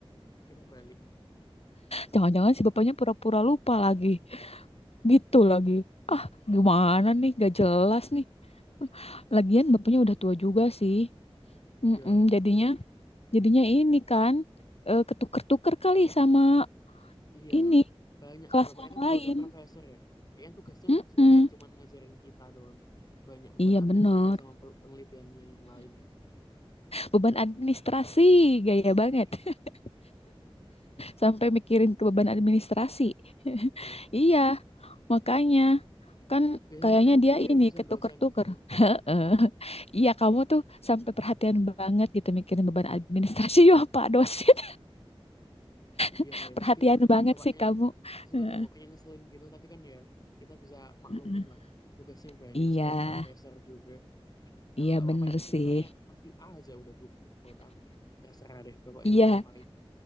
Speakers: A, on the left (about 40°); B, on the left (about 90°).
A: kita balik.
B: jangan-jangan si bapaknya pura-pura lupa lagi gitu lagi ah gimana nih gak jelas nih lagian bapaknya udah tua juga sih
A: Iya,
B: Mm-mm, jadinya jadinya ini kan eh, ketuker-tuker kali sama
A: iya.
B: ini
A: Banyak
B: kelas
A: kan, bapaknya
B: yang
A: kan
B: lain
A: juga udah profesor ya. Kayaknya tugasnya
B: Mm-mm.
A: juga nggak cuma ngajarin kita doang. Banyak beban
B: Iya
A: administrasi
B: bener
A: sama pel- penelitiannya yang lain.
B: Beban administrasi, gaya banget.
A: Eh,
B: <laughs> Sampai mikirin ke beban administrasi. <laughs>
A: iya.
B: Iya, makanya kan
A: Biasanya
B: kayaknya
A: kan emang
B: dia
A: gitu ya
B: ini
A: dosen-dosen.
B: ketuker-tuker. Heeh. <laughs> Iya, kamu tuh sampai perhatian banget gitu mikirin beban administrasi. <laughs> Ya, Pak dosen,
A: Iya,
B: <laughs>
A: ya
B: perhatian
A: meskipun
B: banget
A: bapaknya,
B: sih kamu.
A: meskipun
B: Heeh.
A: bapaknya ngeselin gitu, tapi kan ya kita bisa maklumin
B: Heeh.
A: lah. Tugasnya banyak,
B: Iya,
A: sekelas profesor juga. Udah
B: iya
A: lah nggak apa-apa,
B: bener
A: yang penting
B: sih.
A: nilainya ngasih A aja udah cukup buat aku. Terserah deh bapaknya
B: Iya,
A: mau ngapain.